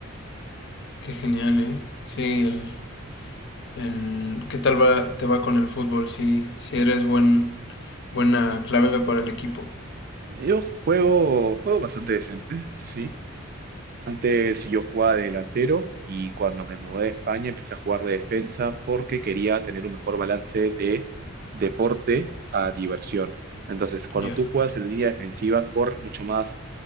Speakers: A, on the left; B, on the right.
A: Qué genial, ¿eh? Sí, el, en qué tal va, te va con el fútbol, si, si eres buen, buena clave para el equipo.
B: Yo juego, juego bastante decente, sí. Entonces yo jugaba de delantero y cuando me mudé a España empecé a jugar de defensa porque quería tener un mejor balance de deporte a diversión. Entonces, cuando
A: Ya.
B: tú juegas en línea defensiva, corres mucho más